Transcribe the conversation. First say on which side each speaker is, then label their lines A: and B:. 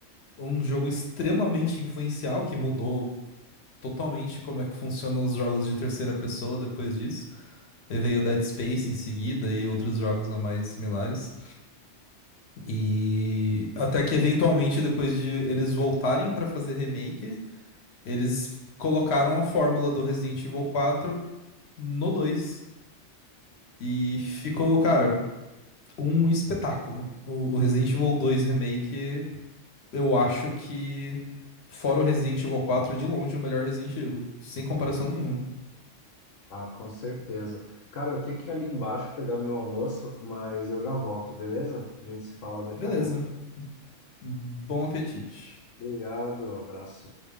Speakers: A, on the left (about 60°); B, on the left (about 85°).
A: um jogo extremamente influencial que mudou totalmente como é que funcionam os jogos de terceira pessoa depois disso. E veio Dead Space em seguida e outros jogos não mais similares. E até que eventualmente depois de eles voltarem para fazer remake, eles colocaram a fórmula do Resident Evil quatro no dois E ficou, cara, um espetáculo. O o Resident Evil dois Remake eu acho que, fora o Resident Evil quatro é de longe o melhor Resident Evil. Sem comparação nenhuma.
B: Ah, com certeza. Cara, eu tenho que ir ali embaixo pegar meu almoço, mas eu já volto, beleza? A gente se fala daqui
A: Beleza.
B: a pouco.
A: Bom apetite.
B: Obrigado, abraço.